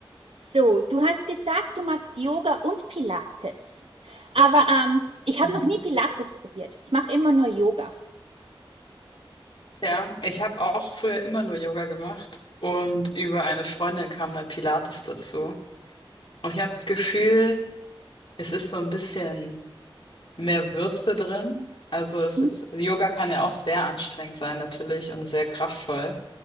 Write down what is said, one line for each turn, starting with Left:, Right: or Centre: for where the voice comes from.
Right: So, du hast gesagt, du magst Yoga und Pilates. Aber ähm, ich habe
Left: Mhm.
Right: noch nie Pilates probiert. Ich mache immer nur Yoga.
Left: Ja, ich habe auch früher immer nur Yoga gemacht und über eine Freundin kam dann Pilates dazu. Und ich habe das Gefühl, es ist so ein bisschen mehr Würze drin. Also es
Right: Hm?
Left: ist, Yoga kann ja auch sehr anstrengend sein natürlich und sehr kraftvoll.